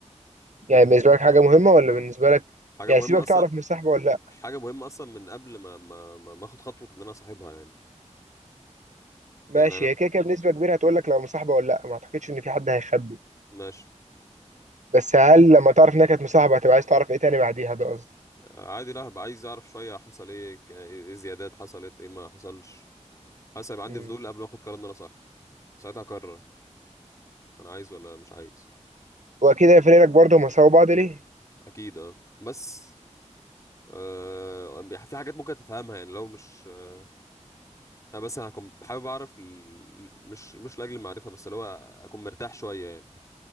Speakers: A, on the right; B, on the left.
A: يعني بالنسبة لك حاجة مهمة ولا بالنسبة لك
B: حاجه
A: يعني
B: مهمه
A: سيبك
B: اصلا
A: تعرف مصاحبة ولا لا
B: حاجة مهمة أصلا من قبل ما ما ما ما آخد خطوة إن أنا أصاحبها يعني
A: ماشي
B: يعني أنا
A: هي كده كده بنسبة كبيرة هتقول لك لو مصاحبة ولا لا ما اعتقدش ان في حد هيخبي
B: ماشي
A: بس هل لما تعرف انها كانت مصاحبة هتبقى عايز تعرف ايه تاني بعديها ده قصدي
B: آه، عادي لا هبقى عايز أعرف شوية حصل إيه ك- إيه زيادات حصلت إيه ما حصلش حاسس هيبقى عندي
A: مم.
B: فضول قبل ما آخد قرار إن أنا صاحب ساعتها أقرر أنا عايز ولا مش عايز
A: واكيد هيفرق لك برضه هما سابوا بعض ليه
B: أكيد أه بس آه في حاجات ممكن تفهمها يعني لو مش آه أنا بس أنا هكون حابب أعرف ال... مش مش لأجل المعرفة بس اللي هو أكون مرتاح شوية يعني